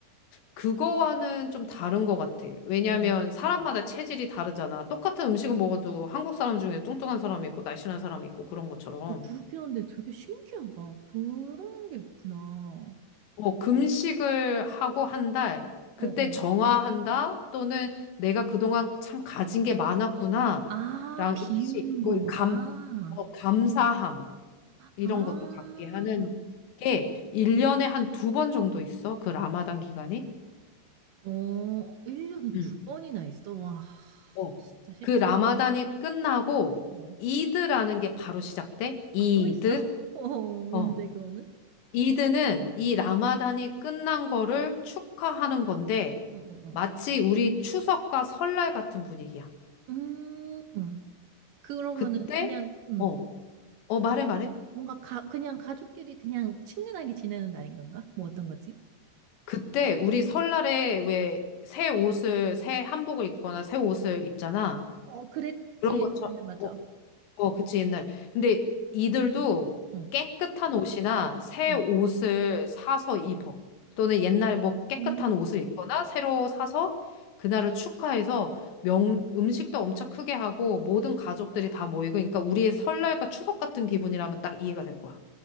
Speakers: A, on the left; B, on the right.
A: 그거와는 좀 다른 것 같아. 왜냐면
B: 어,
A: 사람마다
B: 어,
A: 체질이 다르잖아. 똑같은 음식을 먹어도 한국 사람 중에 뚱뚱한 사람이 있고 날씬한 사람이 있고 그런 것처럼.
B: 어, 그렇긴 한데 되게 신기하다. 그런 게 있구나. 어,
A: 어, 금식을 하고 한 달, 그때
B: 어.
A: 정화한다? 또는 내가 그동안 참 가진 게 많았구나.
B: 아,
A: 랑
B: 비우는
A: 음식, 뭐
B: 거구나.
A: 감, 어, 감사함 이런
B: 아,
A: 것도 갖게 하는 게 1년에 한 두 번 정도 있어. 그 라마단 기간이.
B: 어, 1년에
A: 음.
B: 두 번이나 있어. 와,
A: 어.
B: 진짜 쉽지
A: 그 라마단이
B: 않다.
A: 끝나고
B: 어.
A: 이드라는 게 바로 시작돼? 이드?
B: 아, 또 있어? <laughs> 어, 뭔데,
A: 어.
B: 그거는?
A: 이드는 이 라마단이 끝난 거를 축하하는 건데
B: 응, 응,
A: 마치 우리 추석과 설날 같은 분위기야.
B: 응. 음, 그러면은
A: 그때
B: 그냥, 음,
A: 어. 어, 말해
B: 뭔가
A: 말해.
B: 뭔가 가, 그냥 가족끼리 그냥 친근하게 지내는 날인 건가? 뭐 어떤 거지?
A: 그때 우리 설날에 왜 새 옷을 새 한복을 입거나 새 옷을 입잖아.
B: 어, 그랬지
A: 그런
B: 예전에는
A: 것처럼
B: 맞아.
A: 어. 어, 그치, 옛날. 근데 이들도
B: 응,
A: 깨끗한 옷이나 새
B: 응.
A: 옷을 사서 입어. 또는 옛날에 뭐 깨끗한
B: 어.
A: 옷을 입거나 새로 사서 그날을 축하해서 명, 음식도 엄청 크게 하고 모든 가족들이 다 모이고, 그러니까 우리의 설날과 추석 같은 기분이라면 딱 이해가 될 거야.